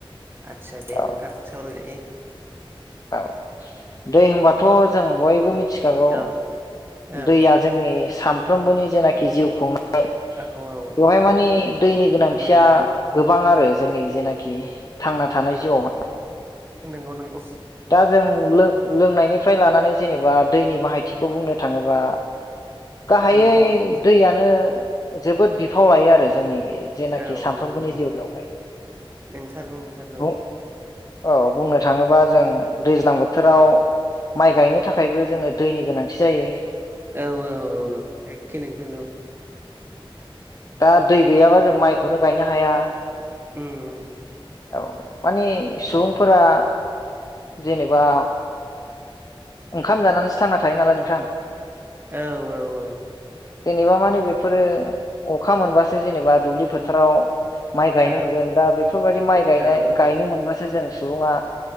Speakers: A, on the right; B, on the left.
A: आदसा दे
B: औ
A: नोंथां सावरायजायो।
B: औ दै होनबाथ' जों बयबो मिथि मिथिखागौ
A: औ औ
B: दैया जोंनि सामफ्रोबोनि जेनाखि जिउ खुंनाय नाय
A: औ औ
B: बेवहाय
A: औ
B: मानि दैनि गोनांथिया
A: उम उम
B: गोबां आरो। जोंनि जेनाखि थांना थानाय
A: उम
B: जिउआवहाय
A: नोंगौ नोंगौ।
B: दा जों लो-लोंनायनि फ्राय लानानै जेनेबा दैनि बाहायथिखौ बुंनो थाङोबा गाहायै
A: उम उम उम
B: दैयानो जोबोद बिफाव लायो आरो जोंनि । जेनाखि
A: औ
B: सानफ्रोमबोनि
A: नंगौ नंगौ
B: जिउ बेवहाय
A: नंथारगौ नंथारगौ
B: बुं। औ बुंनो थाङोबा जों दैज्लां बोथोराव माइ गायनो थाखायबो जोङो दैनि गोनांथि जायो।
A: औ औ औ औ एखे नोंथारगौ।
B: दा दै गैयाबा जों माइखौनो गायनो हाया।
A: उम उम।
B: औ माने सुबुंफोरा
A: उम
B: जेनेबा ओंखाम जानानैसो थांना थायो नालाय नोंथां।
A: औ औ औ
B: जेनेबा माने बेफोरो अखा मोनबासो जेनेबा दुब्लि फोथाराव माइ गायनो
A: औ
B: मोनगोन दा बेफोरबायदि माइ गायनाय
A: औ औ
B: गायनो मोनबासो जों सुबुंङा